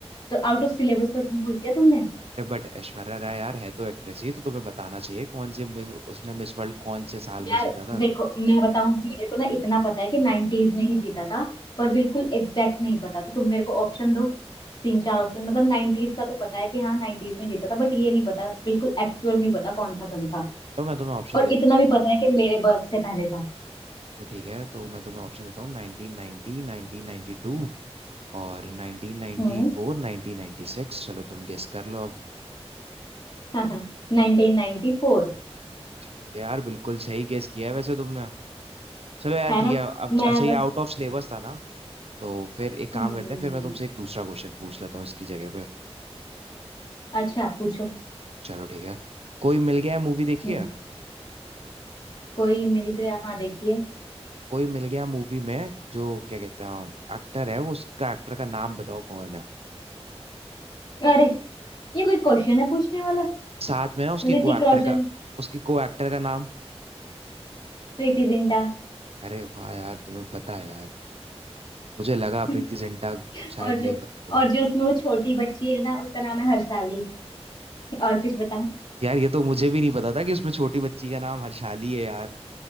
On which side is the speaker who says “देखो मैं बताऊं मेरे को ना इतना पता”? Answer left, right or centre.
Left